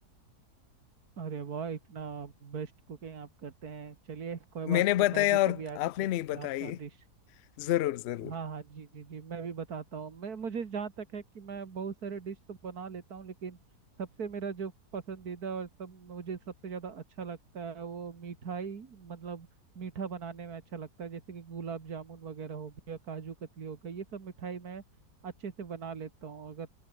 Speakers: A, on the right (about 65°); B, on the left (about 75°).
A: अरे वाह इतना बेस्ट कुकिंग आप करते हैं चलिए कोई
B: मैंने
A: बात नहीं
B: बताया
A: मैं भी
B: और
A: कभी आके
B: आपने
A: चखूंगा
B: नहीं बताई
A: आपका डिश
B: जरूर जरूर
A: हाँ हाँ जी जी जी मैं भी बताता हूँ मैं मुझे जहाँ तक है कि मैं बहुत सारे डिश तो बना लेता हूँ लेकिन सबसे मेरा जो पसंदीदा और सब मुझे सबसे ज़्यादा अच्छा लगता है वो मिठाई मतलब मीठा बनाने में अच्छा लगता है जैसे कि गुलाब जामुन वगैरह हो गया काजू कतली हो गई ये सब मिठाई मैं अच्छे से बना लेता हूँ अगर